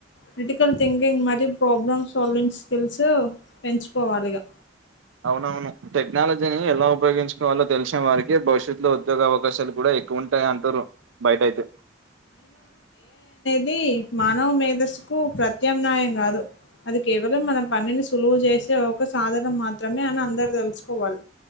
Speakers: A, on the left; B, on the right.
A: క్రిటికల్ థింకింగ్ మరియు ప్రాబ్లమ్ సాల్వింగ్ స్కిల్స్ పెంచుకోవాలి ఇగా
B: అవునవును టెక్నాలజీని ఎలా ఉపయోగించుకోవాలో తెలిసిన వారికి భవిష్యత్తులో ఉద్యోగ అవకాశాలు గూడా ఎక్కువ ఉంటాయి అంటురు బయట అయితే
A: ది మానవ మేధస్సుకు ప్రత్యామ్నాయం గాదు అది కేవలం మన పనిని సులువు చేసే ఒక సాధనం మాత్రమే అని అందరు దెలుసుకోవాలి.